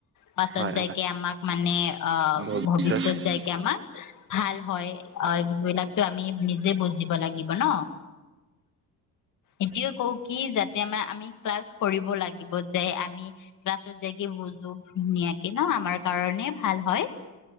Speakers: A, on the left; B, on the right.
A: পাছত
B: হয়,
A: যাইকে
B: হয়।
A: আমাক মানে অ
B: ভৱিষ্যত
A: ভবি যাইকে আমাৰ ভাল হয় এইবিলাকো আমি নিজে বুজিব লাগিব ন এতিয়ও কও কি যাতে আমাৰ আমি ক্লাছ কৰিব লাগিব যে আমি ক্লাছত যাইকে বুজো ধুনীয়াকে ন আমাৰ কাৰণে ভাল হয়।